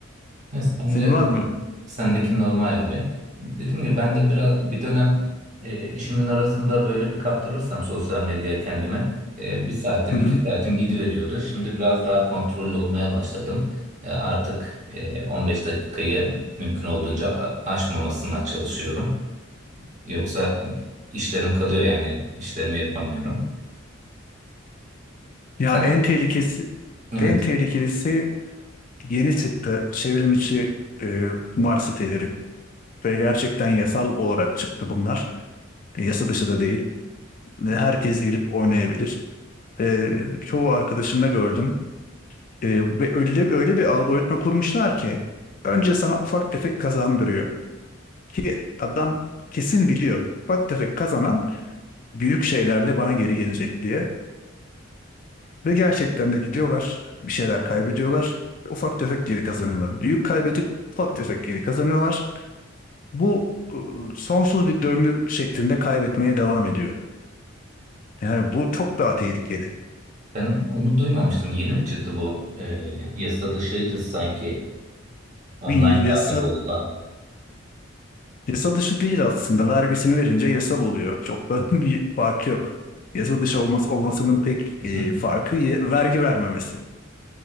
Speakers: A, on the right; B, on the left.
A: Evet, bence
B: Senin var mı?
A: sendeki normal gibi. Dediğim gibi ben de biraz bir dönem e, işimin arasında böyle bir kaptırırsam sosyal medyaya kendimi e, bir saatim
B: Hı hı.
A: iki saatim gidiveriyordu. Şimdi biraz daha kontrollü olmaya başladım. E, artık e, 15 dakikayı mümkün olduğunca a- aşmamasına çalışıyorum. Yoksa işlerim kalıyor yani işlerimi yapamıyorum.
B: Ya
A: Sen
B: en tehlikesi,
A: evet
B: en tehlikelisi yeni çıktı çevrim içi e, kumar siteleri. Ve gerçekten yasal olarak çıktı bunlar. E, yasa dışı da değil. Ve herkes gelip oynayabilir. E, çoğu arkadaşımda gördüm. E, ve öyle, öyle bir algoritma kurmuşlar ki önce sana ufak tefek kazandırıyor. Ki adam kesin biliyor. Bak tefek kazanan büyük şeylerle bana geri gelecek diye. Ve gerçekten de gidiyorlar. Bir şeyler kaybediyorlar. Ufak tefek geri kazanıyorlar. Büyük kaybedip ufak tefek geri kazanıyorlar. Bu ıı, sonsuz bir döngü şeklinde kaybetmeye devam ediyor. Yani bu çok daha tehlikeli.
A: ben onu duymamıştım. Yeni mi çıktı bu e, yasa dışıydı sanki Online
B: Bir yasa,
A: dahi olsa.
B: yasa dışı değil aslında. Vergisini verince yasal oluyor. Çok da <laughs> bir fark yok. Yasa dışı olması, olmasının pek
A: <laughs>
B: e, farkı ye- vergi vermemesi.